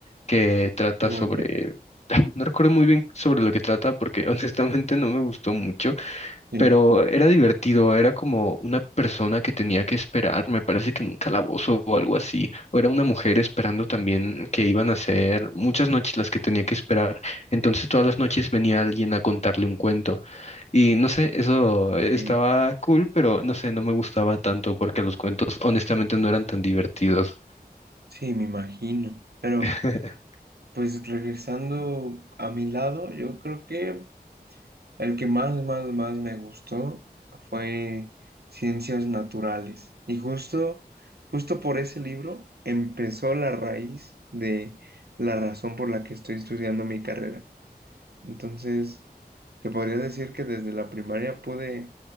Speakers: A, on the left (about 40°); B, on the right (about 75°).
A: que trata
B: oh,
A: sobre...
B: ya.
A: <laughs> No recuerdo muy bien sobre lo que trata porque <laughs> honestamente no me gustó mucho
B: Sí,
A: pero era divertido, era como una persona que tenía que esperar, me parece que en un calabozo o algo así, o era una mujer esperando también que iban a ser muchas noches las que tenía que esperar, entonces todas las noches venía alguien a contarle un cuento y no sé, eso
B: ok.
A: estaba cool, pero no sé, no me gustaba tanto porque los cuentos honestamente no eran tan divertidos.
B: Sí, me imagino. Pero,
A: <laughs>
B: pues regresando a mi lado, yo creo que el que más, más, más me gustó fue Ciencias Naturales. Y justo, justo por ese libro empezó la raíz de la razón por la que estoy estudiando mi carrera. Entonces, se podría decir que desde la primaria pude,